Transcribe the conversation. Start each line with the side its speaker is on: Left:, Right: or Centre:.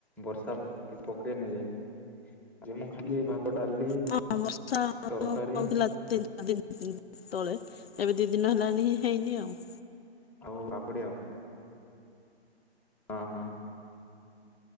Centre: ବର୍ଷା କିଛି ପକେଇନି ଯେ ଆଜି ମୁଁ ଖାଲି ଭା ଡାଲି
Left: ହଁ ବର୍ଷା
Centre: ତରକାରୀ
Left: ହଉଥିଲା ତିନି ଚାରି ଦିନ ତଳେ ଏବେ ଦି ଦିନ ହେଲାଣି ହେଇନି ଆଉ।
Centre: ଆଉ <unintelligible> ହଁ ହଁ।